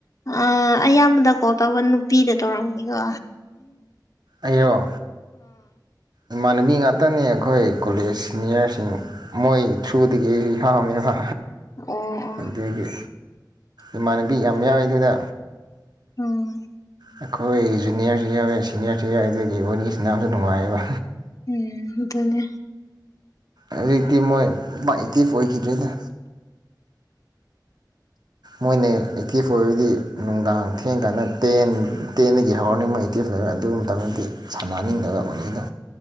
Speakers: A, on the left; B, on the right.
A: ꯑꯥ ꯑꯌꯥꯝꯕꯗ ꯀꯣꯜ ꯇꯧꯕ ꯅꯨꯄꯤꯗ ꯇꯧꯔꯝꯅꯤꯀꯣ
B: ꯑꯩꯔꯣ ꯏꯃꯥꯟꯅꯕꯤ ꯉꯥꯛꯇꯅꯦ ꯑꯩꯈꯣꯏ ꯀꯣꯂꯦꯖ ꯁꯤꯅꯤꯌꯥꯔꯁꯤꯡ ꯃꯣꯏ ꯊ꯭ꯔꯨꯗꯒꯤ ꯑꯩꯖꯨ ꯌꯥꯎꯌꯦꯕ
A: ꯑꯣ
B: ꯑꯗꯨꯒꯤ ꯏꯃꯥꯟꯅꯕꯤ ꯌꯥꯝ ꯌꯥꯎꯋꯤ ꯑꯗꯨꯗ
A: ꯎꯝ
B: ꯑꯩꯈꯣꯏ ꯖꯨꯅꯤꯌꯔꯁꯨ ꯌꯥꯎꯋꯦ ꯁꯤꯅꯤꯌꯔꯁꯨ ꯌꯥꯎꯋꯦ ꯑꯗꯨꯒꯤ ꯋꯥꯔꯤ ꯁꯥꯟꯅꯕꯁꯨ ꯅꯨꯡꯉꯥꯏꯌꯦꯕ
A: ꯎꯝ ꯑꯗꯨꯅꯦ
B: ꯍꯧꯖꯤꯛꯇꯤ ꯃꯣꯏ ꯄꯥꯛ ꯑꯦꯛꯇꯤꯞ ꯑꯣꯏꯈꯤꯗ꯭ꯔꯦꯗ ꯃꯣꯏꯅ ꯑꯦꯇꯤꯞ ꯑꯣꯏꯕꯗꯤ ꯅꯨꯡꯗꯥꯡ ꯊꯦꯡ ꯀꯥꯟꯗ ꯇꯦꯟ ꯇꯦꯟꯗꯒꯤ ꯍꯧꯔꯅꯤꯡꯕ ꯃꯣꯏ ꯑꯩꯇꯤꯐ ꯂꯩꯕ ꯑꯗꯨ ꯃꯇꯝꯗꯗꯤ ꯁꯥꯟꯅꯅꯤꯡꯗꯕ ꯋꯥꯔꯤꯅ